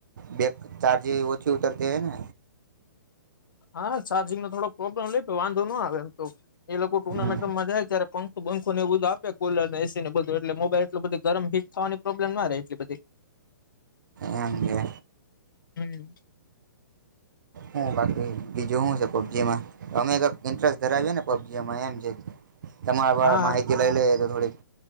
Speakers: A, on the right (about 65°); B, on the left (about 75°).
A: બેક ચાર્જી ઓછી ઉતરતી હોય ને.
B: હા ચાર્જિંગ નો થોડો પ્રોબ્લેમ લઈ વાંધો ના આવે એમ તો. એ લોકો ટુર્નામેન્ટ
A: હમ
B: રમવા જાય ત્યારે પંખો બખો ને એ બઘું આપે કુલર ને એસીને બધું એટલે મોબાઈલ એટલુ બધુ ગરમ હી થવાની પ્રોબ્લેમ ના રહે એટલી બધી.
A: એમ કે.
B: હમ
A: હું બાકી બીજું હું છે પબજીમાં અમે તો ઇન્ટરેસ્ટ ધરાવીએ ને પબજીમાં એમ છે. તમારા વારા
B: હા હા
A: માહિતી લઈ લઈએ તો થોડીક